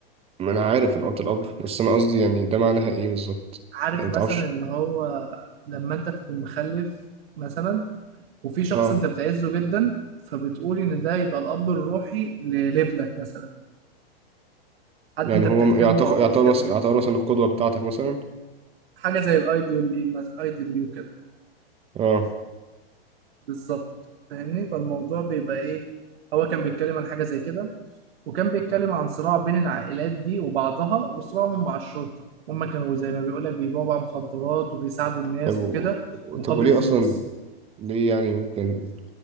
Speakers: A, on the right; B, on the right.
A: ما أنا عارف إن قوة الأب بس أنا قصدي يعني ده معناها إيه بالظبط
B: عارف
A: يعني متعرفش
B: مثلا اللي هو لما انت تكون مخلف مثلا وفي شخص
A: اه
B: انت بتعزه جدا فبتقول ان ده يبقى الاب الروحي لابنك مثلا حد
A: يعني
B: انت
A: هو
B: بتحترمه
A: يعتبر
B: او
A: يعتبر
B: بتحبه
A: مثلا يعتبر مثلا القدوة بتاعتك مثلا
B: حاجه زي الايدول ليه مس- ايدول ليه وكده
A: اه
B: بالظبط فاهمني فالموضوع بيبقى ايه هو كان بيتكلم عن حاجه زي كده وكان بيتكلم عن صراع بين العائلات دي وبعضها وصراعهم مع الشرطه هما كانوا زي ما بيقولك بيبيعوا بقى مخدرات وبيساعدوا الناس
A: طب و...
B: وكده مقابل
A: طب وليه
B: فلوس
A: أصلا ليه يعني ممكن